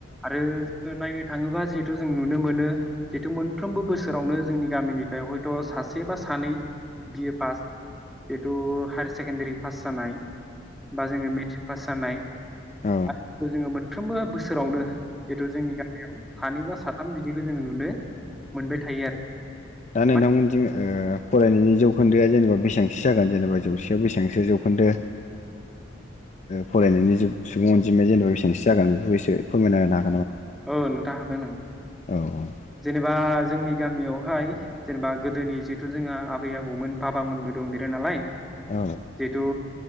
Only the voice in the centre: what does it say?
आरो जोङो नायनो थाङोबा जिहेतु जों नुनो मोनो जिहेथु मोनफ्रोमबो बोसोरावनो जोंनि गामिनिफ्राय हयथ सासे बा सानै। B A pass. जिथु हायार सेकेणडारि पास जानाय बा जोङो मेथ्रिख पास जानाय
<unintelligible> मोनफ्रोमबो बोसोरावनो। जितु जोंनि गामियाव। सानै बा साथाम बिदिखौ जोङो नुनो। मोनबाय थायो आरो
मा-
औ नोंथां हागोन ओं
जेनेब बा जोंनि गामियावहाय जेनेबा गोदोनि जिहेथु जोंहा आबै आबौमोन बाबामोनबो दंदेरो नालाय।
जिथु।